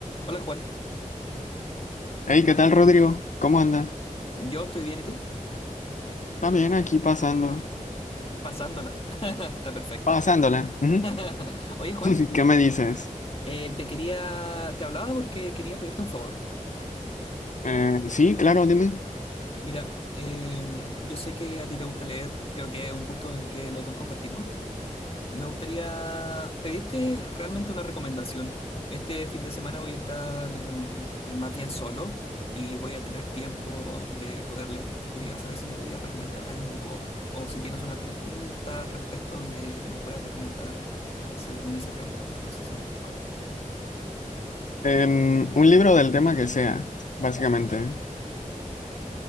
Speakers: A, on the left; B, on the left.
A: Hola Juan,
B: Hey, ¿qué tal, Rodrigo? ¿Cómo andas?
A: yo estoy bien, ¿y tú?
B: También aquí pasando,
A: Pasándola. <laughs> Está perfecto.
B: pasándola. Ujú.
A: <laughs> Oye Juan,
B: <laughs> ¿Qué me dices?
A: eh, te quería, te hablaba porque quería pedirte un favor.
B: Eh, sí, claro, dime.
A: Mira, em, yo sé que a ti te gusta leer, creo que es un gusto en el que los dos compartimos. Me gustaría pedirte realmente una recomendación. Este fin de semana voy a estar mm, eh, más bien solo y voy a tener tiempo de poder leer. Quería saber si me podías recomendar algo o si tienes una pregunta al respecto donde me puedas recomendar según esa pregunta. No sé si me explico.
B: Em, un libro del tema que sea, básicamente.